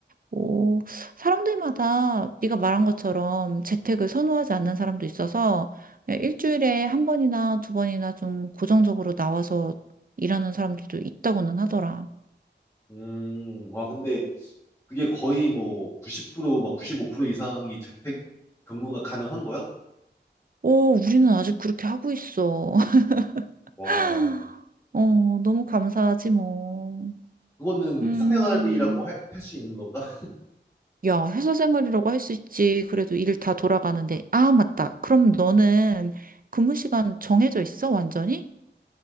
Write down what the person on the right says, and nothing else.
어, 사람들마다 네가 말한 것처럼 재택을 선호하지 않는 사람도 있어서 일주일에 한 번이나 두 번이나 좀 고정적으로 나와서 일하는 사람들도 있다고는 하더라.
오, 우리는 아직 그렇게 하고 있어. <laughs>
어, 너무 감사하지 뭐.
음,
야, 회사 생활이라고 할 수 있지. 그래도 일 다 돌아가는데. 아, 맞다. 그럼 너는 근무 시간 정해져 있어, 완전히?